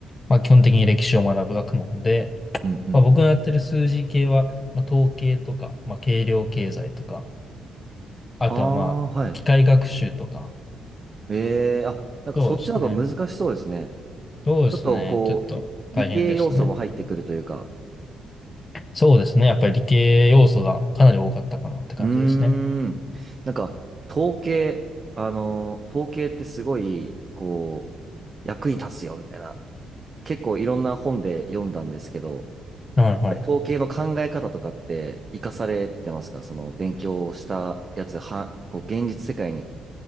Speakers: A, on the left; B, on the right.
A: まあ基本的に歴史を学ぶ学問で、
B: うんうんうん。
A: まあ僕のやってる数字系は、まあ統計とか、まあ計量経済とか、あとはまあ機械学習とか、
B: ああ、はい。ええあ、なんかそっちの方が難しそうですね。
A: そうですね。そうですね。
B: ちょっとこう、
A: ちょっと大変でしたね。
B: 理理系要素も入ってくるというか。
A: そうですね。やっぱり理系要素がかなり多かったかなって感じですね。
B: うーん。なんか、統計、あのー統計ってすごい、こう、役に立つよみたいな、結構いろんな本で読んだんですけど、
A: はいはい。
B: 実際統計の考え方とかって活かされてますかその勉強したやつは、こう現実世界に